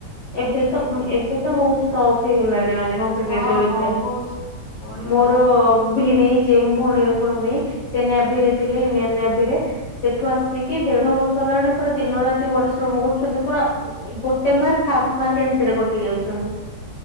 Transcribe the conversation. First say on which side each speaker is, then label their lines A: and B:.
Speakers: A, on the left; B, on the left.
A: ଏବେ ତ ଏବେ ତ ବହୁତ ଟଫ୍ ହେଇଗଲାଣି । ମାନେ କମ୍ପିଟେଟିଭ
B: ହଁ
A: ଏକ୍ଜାମ୍
B: ବହୁତ କହିବାକୁ
A: ମୋର
B: ନାହିଁ।
A: ଭିଣେଇ ଯେ ଭଉଣୀର ସ୍ୱାମୀ ସେ ନ୍ୟାଭି ରେ ଥିଲେ ଇଣ୍ଡିଆନ ନ୍ୟାଭି ରେ ସେଠୁ ଆସିକି ଦେଢ ବର୍ଷ ହେଲାଣି ପୁରା ଦିନ ରାତି ପରିଶ୍ରମ କରୁଛନ୍ତି ପୁରା ଗୋଟେ ମାର୍କ ହାଫ ମାର୍କ ଏମିତିରେ କଟି ଯାଉଛନ୍ତି।